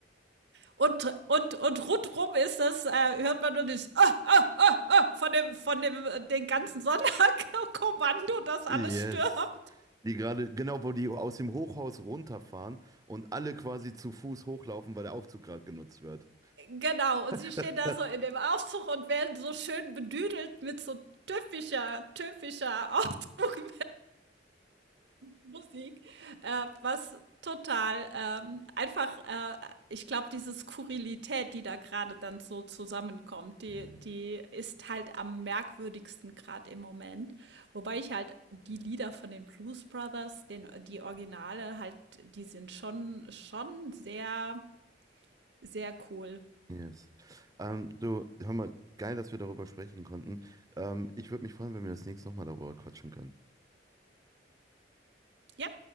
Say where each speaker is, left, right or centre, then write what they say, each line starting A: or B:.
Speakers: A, on the right; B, on the right.
A: Und, und, und rundrum ist das, äh, hört man nur das ah, ah, ah, von dem, von dem, äh, den ganzen Sonderkommando, <laughs> das alles
B: Yes.
A: stürmt.
B: Die gerade, genau, wo die aus dem Hochhaus runterfahren und alle quasi zu Fuß hochlaufen, weil der Aufzug gerade genutzt wird.
A: Genau.
B: <laughs>
A: Und sie stehen da so in dem Aufzug und werden so schön bedüdelt mit so typischer, typischer Aufzug Musik, äh, was total ähm, einfach, äh, ich glaube, diese Skurrilität, die da gerade dann so zusammenkommt, die,
B: Ja.
A: die ist halt am merkwürdigsten gerade im Moment. Wobei ich halt die Lieder von den Blues Brothers, den, die Originale, halt, die sind schon, schon sehr, sehr cool.
B: Yes. Ähm, du, hör mal, geil, dass wir darüber sprechen konnten. Ähm, ich würde mich freuen, wenn wir das nächste Mal darüber quatschen können.
A: Ja,